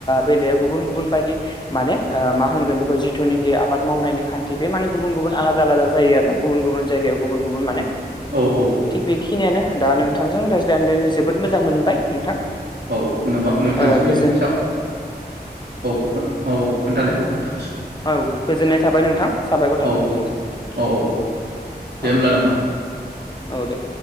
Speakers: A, on the left (about 25°); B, on the right (about 75°).
A: बेलायाव गुबुन गुबुन बायदि माने मा होनगोन बेखौ जिथुनिखि आबाद मावनायनि खान्थि बे माने गुबुन गुबुन आलादा आलादा जायो आरो ना गुबुन गुबुन जायगायाव गुबुन गुबुन माने
B: औ औ
A: थिग बेखिनियानो दा नोंथांजों रायज्लायनानै जोबोद मोजां मोनबाय नोंथां
B: औ होनबा नोंथांसिम
A: ओ गोजोन
B: सा औ औ खोन्थालाय नोंथां
A: औ गोजोननाय थाबाय नोंथां साबायखर थाबाय
B: औ
A: नोंथांनिसिम
B: औ औ दे होमब्ला
A: औ
B: नोंथां
A: औ दे